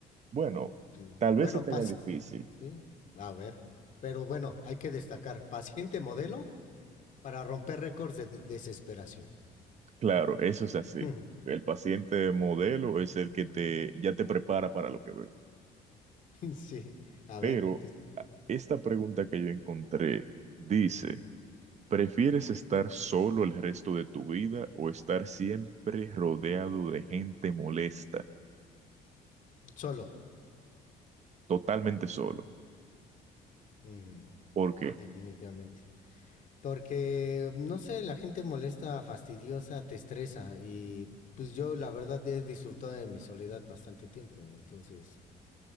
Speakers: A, on the right; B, on the left.
A: bueno,
B: Sí.
A: tal
B: Bueno,
A: vez se tenga
B: pas-
A: difícil.
B: sí, a ver. Pero bueno, hay que destacar, paciente modelo para romper récords de de- desesperación.
A: Claro, eso es así.
B: <laughs>
A: El paciente modelo
B: <laughs>
A: es el que te, ya te prepara para lo que ve.
B: Sí, a
A: Pero
B: ver. des-
A: a- esta pregunta que yo encontré dice,
B: ujú.
A: ¿prefieres estar solo el resto de tu vida o estar siempre rodeado de gente molesta,
B: Solo.
A: totalmente solo?
B: Ujú,
A: ¿Por qué?
B: Definitivamente. Porque, no sé, la gente molesta, fastidiosa, te estresa y pues yo la verdad he disfrutado de mi soledad bastante tiempo, entonces